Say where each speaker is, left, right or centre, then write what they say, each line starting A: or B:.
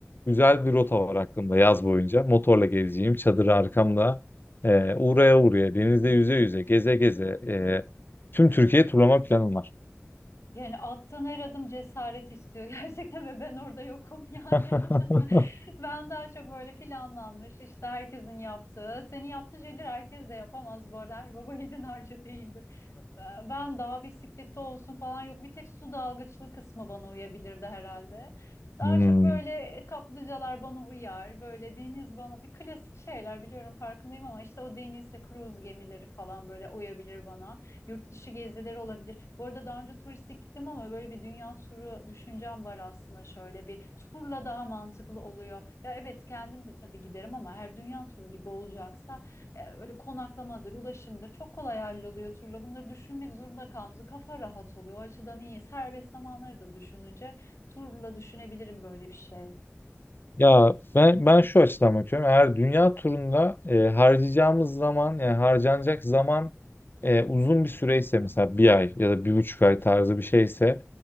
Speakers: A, on the left; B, on the left.
A: güzel bir rota var aklımda yaz boyunca. Motorla gezeceğim, çadırı arkamda e, uğraya uğraya, denizde yüze yüze, geze geze e, tüm Türkiye turlama planım var.
B: Yani attığın her adım cesaret istiyor <laughs> gerçekten ve ben orada yokum yani.
A: <laughs>
B: <laughs> Ben daha çok böyle planlanmış işte herkesin yaptığı, senin yaptığın şeyleri herkes de yapamaz bu arada. Her baba <laughs> yiğidin harcı değildir. Ee, Ben dağ bisikleti olsun falan yok. Bir tek su dalgıçlığı kısmı bana uyabilirdi herhalde. Daha
A: Hmm.
B: çok böyle e, kaplıcalar bana uyar. Böyle deniz bana bir klasik şeyler biliyorum farkındayım ama işte o denizde kruz gemileri falan böyle uyabilir bana. Yurt dışı gezileri olabilir. Bu arada daha önce turistik gittim ama böyle bir dünya turu düşüncem var aslında şöyle bir turla daha mantıklı oluyor. Ya evet kendim de tabii giderim ama her dünya turu gibi olacaksa e, böyle konaklamadır, ulaşımdır çok kolay halloluyor turla. Bunları düşünmek zorunda kalmıyoruz. Kafa rahat oluyor. O açıdan iyi. Serbest zamanları da düşününce turla düşünebilirim böyle bir şey.
A: Ya ben, ben şu açıdan bakıyorum. Eğer dünya turunda e, harcayacağımız zaman yani harcanacak zaman e, uzun bir süreyse mesela bir ay ya da bir buçuk ay tarzı bir şeyse